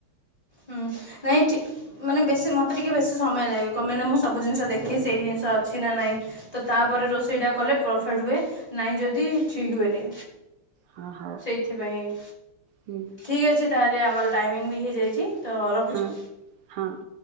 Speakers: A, on the left (about 15°); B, on the right (about 75°).
A: ହୁଁ। ନାଇଁ ଠିକ୍। ମାନେ ବେଶୀ ମୋତେ ଟିକେ ବେଶୀ ସମୟ ଲାଗେ, କଣ ପାଇଁ ନା ମୁଁ ସବୁ ଜିନିଷ ଦେଖି, ସେଇ ଜିନିଷ ଅଛି ନା ନାହିଁ ତ ତାପରେ ରୋଷେଇଟା କଲେ ପରଫେଟ ହୁଏ, ନାଇଁ ଯଦି ଠିକ ହୁଏନି।
B: ହଁ, ହଉ
A: ସେଥିପାଇଁ
B: ହୁଁ।
A: ଠିକ୍ ଅଛି ତାହେଲେ ଆମର ଟାଇମିଙ୍ଗ ବି ହେଇଯାଇଛି, ତ ରଖୁଛି?
B: ହଁ ହଁ